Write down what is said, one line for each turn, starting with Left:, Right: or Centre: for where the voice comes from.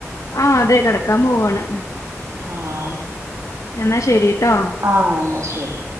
Left: ആഹ് അതെ കിടക്കാൻ പോവാണ്
Right: ആഹ്
Left: എന്നാ ശരിട്ടോ
Right: ആഹ് അന്ന ശരി